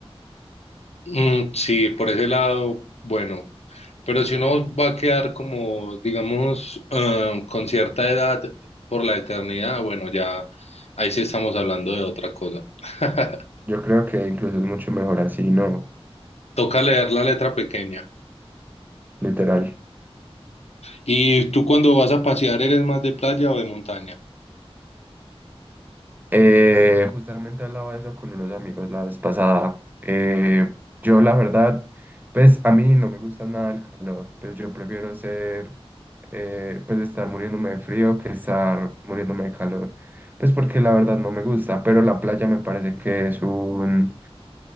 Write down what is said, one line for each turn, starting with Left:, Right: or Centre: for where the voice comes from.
Left: Mm, sí, por ese lado, bueno, pero si uno va a quedar como, digamos, ah, con cierta edad por la eternidad, bueno, ya ahí sí estamos hablando de otra cosa. <laughs>
Right: Yo creo que incluso es mucho mejor así, ¿no?
Left: Toca leer la letra pequeña.
Right: Literal.
Left: ¿Y tú cuando vas a pasear eres más de playa o de montaña?
Right: Eh, justamente hablaba de eso con unos amigos la vez pasada. Eh, yo la verdad, pues a mí no me gusta nada el calor. Pues yo prefiero ser, eh, pues estar muriéndome de frío que estar muriéndome de calor. Pues porque la verdad no me gusta, pero la playa me parece que es un,